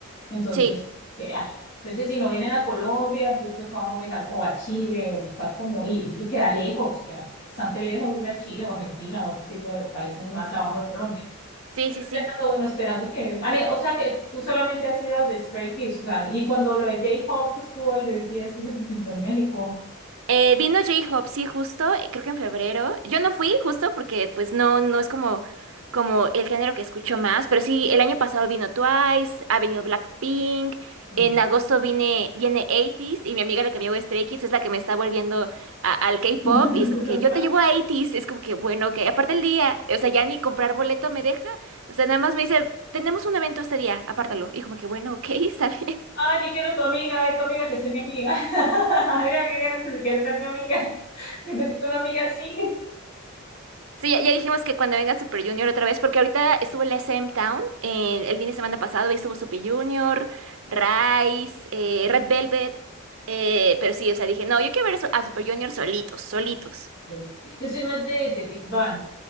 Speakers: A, on the left; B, on the right.
A: Entonces,
B: Sí,
A: que, ah, entonces si no vienen a Colombia, entonces vamos a viajar o a Chile o buscar como ir, y queda lejos, queda bastante lejos de ir a Chile o Argentina o ese tipo de países más abajo de Colombia
B: sí,
A: esperando,
B: sí, sí.
A: bueno, esperando que... Ale, O sea, que tú solamente has ido al de Stray Kids, o sea, y cuando lo de J-Pop estuvo al de BTS que se presentó en México.
B: Eh, vino J-Hope, sí, justo, eh, creo que en febrero. Yo no fui, justo, porque pues no, no es como, como el género que escucho más, pero sí, el año pasado vino Twice, ha venido Blackpink,
A: Sí.
B: en agosto vine, viene 80s y mi amiga la que me llevó a Stray Kids es la que me está volviendo a- al K-pop
A: <laughs>
B: y es como que yo te llevo a 80s, es como que bueno, que aparte el día, o sea, ya ni comprar boleto me deja, o sea, nada más me dice, tenemos un evento este día, apártalo, y como que bueno, ok, <laughs> está bien.
A: Ah, yo quiero tu amiga, eh, tu amiga que sea mi amiga. <laughs> Amiga, que quieres que quiero ser mi amiga. <laughs> Necesito una amiga así.
B: Sí, ya, ya dijimos que cuando venga Super Junior otra vez, porque ahorita estuvo el SM Town eh, el fin de semana pasado y estuvo Super Junior, Rise, eh, Red Velvet, eh, pero sí, o sea, dije, no, yo quiero ver eso a Super Junior solitos, solitos.
A: <laughs> Yo soy más de, de Big Bang.